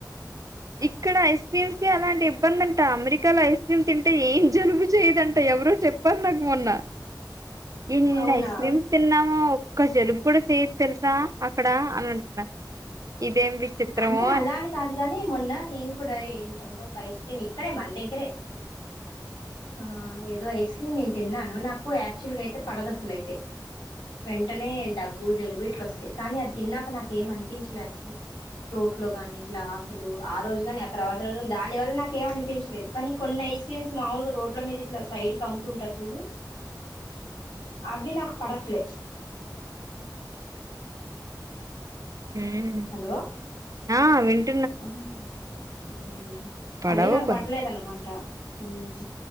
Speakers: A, on the right; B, on the left.
A: ఇక్కడ ఐస్ క్రీమ్స్ కి అలాంటి ఇబ్బంది అంట, అమెరికాలో ఐస్ క్రీమ్ తింటే ఏం జలుబు చేయదంట, ఎవరో చెప్పారు నాకు మొన్న. ఇల్
B: అవునా
A: ఐస్ క్రీమ్స్ తిన్నాము ఒక్క జలుబ్ కూడా చేయద్ తెలుసా అక్కడ అని అంటున్నా ఇదేం విచిత్రమో
B: అంటే అలా అని కాదు గాని మొన్న నేను కూడా ఏంటంటే ఒక ఐస్ క్రీమ్, ఇక్కడే మన దగ్గరే ఆ ఏదో ఐస్ క్రీమ్ నేను తిన్నాను. నాకు యాక్చువల్ గా అయితే పడదు అసలయితే వెంటనే దగ్గు, జలుబు ఇట్లు వస్తాయి, కానీ అది తిన్నాక నాకు ఏం అనిపించలే అసలు. త్రోట్ లో కాని ఇట్లా అసలు, ఆ రోజు కాని ఆ తర్వాత రోజు దాని వల్ల నాకు ఏం అనిపించలేదు, కానీ కొన్ని ఐస్ క్రీమ్స్ మామూలుగా రోడ్ల మీద ఇట్లా సైడ్ క అమ్ముతుంటారు, చూడు అవి నాకు పడట్లే.
A: హ్మ్.
B: హలో
A: ఆ విన్
B: అం ఉమ్
A: పడవు
B: అది నాకు
A: కొన్ని
B: పడలేదన్నమాట ఉమ్